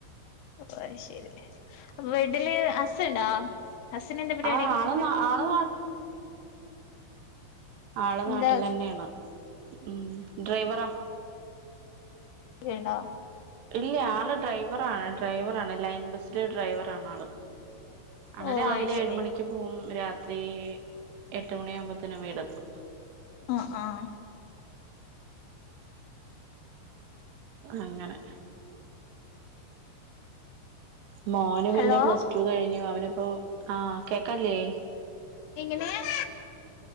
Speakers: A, on the left; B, on the right.
A: ഓഹ് അയ്ശെരി വീട്ട്ൽ ഹസുണ്ടോ ഹസിനെന്താ പരിപാടി
B: ആഹ് ആള് ആള് ആൾ നാട്ടിലെന്നേണ്
A: എന്താ
B: ഉം ഡ്രൈവറാ
A: ചെയ്യ്ണ്ടോ
B: ഇല്ല്യാ ആൾ ഡ്രൈവറാണ് ഡ്രൈവറാണ് ലൈൻ ബസിലെ ഡ്രൈവറാണാൾ ആണ്
A: ഓ
B: രാവിലെ
A: അത് ശരി
B: ഏഴ് മണിക്ക് പോവും രാത്രീ എട്ട് മണിയാവുമ്പോത്തേനും വീടെത്തും
A: ആഹ് ആഹ്
B: അങ്ങനെ മോന് പിന്നെ
A: ഹലോ
B: പ്ലസ്ടു കഴിഞ്ഞു അവനിപ്പോ ആ കേക്കാല്ലേ
A: എങ്ങനെയാ